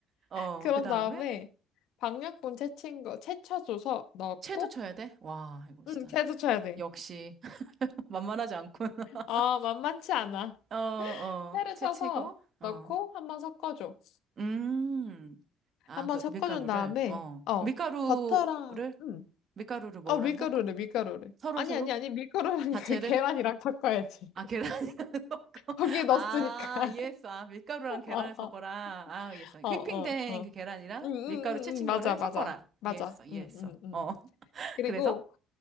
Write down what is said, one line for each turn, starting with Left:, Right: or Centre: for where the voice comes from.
Right: 어,
Left: 그런
Right: 그 다음에,
Left: 다음에 방역분 채친 거, 채쳐줘서 넣고,
Right: 채도 쳐야 돼? 와, 이거 진짜.
Left: 응, 채도 쳐야 돼.
Right: 역시, <laughs> 만만하지 않군. <laughs>
Left: 아, 만만치 않아.
Right: 어, 어,
Left: 채를
Right: 채
Left: 쳐서
Right: 치고, 어.
Left: 넣고 한번 섞어줘.
Right: 음. 아,
Left: 한번
Right: 그
Left: 섞어준
Right: 밀가루를
Left: 다음에,
Right: 어.
Left: 어,
Right: 밀가루를
Left: 버터랑, 음,
Right: 밀가루를 뭐랑
Left: 어, 밀가루를,
Right: 섞어?
Left: 밀가루를.
Right: 서로
Left: 아니,
Right: 서로?
Left: 아니, 아니, 밀가루랑
Right: 자체를?
Left: <laughs> 그 계란이랑 섞어야지.
Right: 아,
Left: <laughs>
Right: 계란이랑 <laughs> 섞어?
Left: 거기에 넣었으니까.
Right: 아, 이해했어. 아, 밀가루랑
Left: <laughs>
Right: 계란을
Left: 어, 어,
Right: 섞어라. 아, 이해했어. 휘핑된
Left: 어, 어, 어.
Right: 그 계란이랑
Left: 응, 응,
Right: 밀가루
Left: 응,
Right: 채친
Left: 응, 맞아,
Right: 거를
Left: 맞아.
Right: 섞어라.
Left: 맞아.
Right: 이해했어. 이해했어.
Left: 응, 응, 응.
Right: 어. <laughs>
Left: 그리고
Right: 그래서?